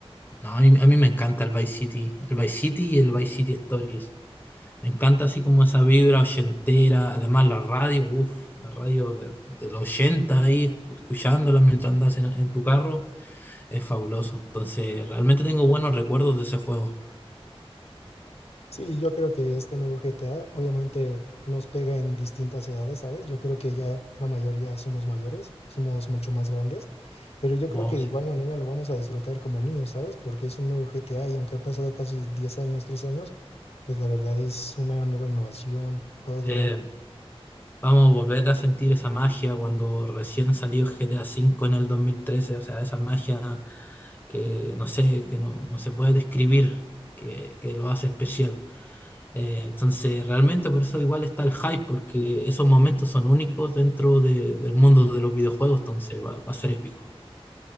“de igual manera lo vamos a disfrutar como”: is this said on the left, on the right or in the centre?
Left